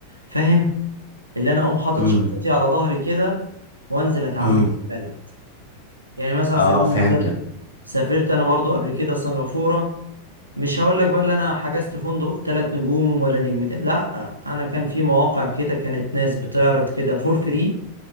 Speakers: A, on the right; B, on the left.
A: فاهم اللي انا اقوم حاطط
B: امم
A: شنطتي على ظهري كده وانزل اتعامل
B: امم
A: في البلد يعني مثلا
B: اه
A: على سبيل
B: فهمتك
A: المثال سافرت انا برضو قبل كده سنغافوره مش هقول لك بقى لا انا حجزت فندق ثلاث نجوم ولا نجمتين لا انا كان في مواقع كده كانت ناس بتعرض كده فور فري